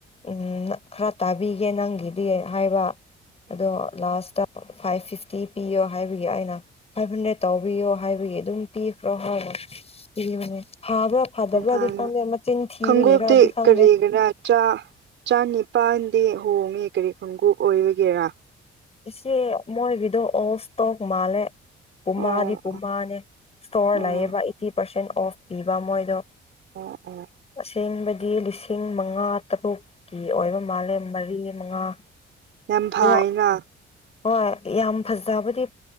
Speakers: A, on the left; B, on the right.
A: ꯎꯝ ꯈꯔ ꯇꯥꯕꯤꯒꯦ ꯅꯪꯒꯤꯗꯤ ꯍꯥꯏꯕ ꯑꯗꯣ ꯂꯥꯁꯇ ꯐꯥꯏꯚ ꯐꯤꯐꯇꯤ ꯄꯤꯌꯣ ꯍꯥꯏꯕꯒꯤ ꯑꯩꯅ ꯐꯥꯏꯚ ꯍꯟꯗ꯭ꯔꯦꯠ ꯇꯧꯕꯤꯌꯣ ꯍꯥꯏꯕꯒꯤ ꯑꯗꯨꯝ ꯄꯤꯈ꯭ꯔꯣ ꯍꯥꯏꯕ ꯄꯤꯕꯅꯦ ꯐꯥꯕ꯭ꯔꯥ ꯐꯗꯕ꯭ꯔꯥꯗꯤ
B: ꯝ ꯐꯥꯅꯤꯦ
A: ꯈꯪꯗꯦ ꯃꯆꯤꯟ ꯊꯤꯕꯒꯤꯔꯗꯤ
B: ꯈꯪꯉꯣꯞꯇ
A: ꯈꯪꯗꯦ
B: ꯀꯔꯤꯒꯅ ꯆꯥꯅꯤ ꯄꯥꯟꯗꯤ ꯍꯣꯡꯉꯤ ꯀꯔꯤ ꯈꯣꯡꯎꯞ ꯑꯣꯏꯕꯒꯦꯔꯥ
A: ꯁꯤ ꯃꯣꯏꯕꯤꯙ ꯑꯣꯁ ꯃꯥꯜꯦ ꯄꯨꯃꯥꯗꯤ
B: ꯑꯣ
A: ꯄꯨꯃꯥꯅꯦ ꯏꯁꯇꯣꯔ
B: ꯑꯣ
A: ꯂꯩꯌꯦꯕ ꯑꯩꯠꯇꯤ ꯄꯥꯔꯁꯦꯟ ꯑꯣꯐ ꯄꯤꯕ ꯃꯣꯏꯗꯣ
B: ꯑꯣ ꯑꯣ
A: ꯑꯁꯦꯡꯕꯗꯤ ꯂꯤꯁꯤꯡ ꯃꯉꯥ ꯇꯔꯨꯛ ꯀꯤ ꯑꯣꯏꯕ ꯃꯥꯜꯂꯦ ꯃꯔꯤ ꯃꯉꯥ
B: ꯌꯥꯝꯐꯥꯏꯅ
A: ꯑꯗꯣ ꯍꯣꯏ ꯌꯥꯝ ꯐꯖꯕꯗꯤ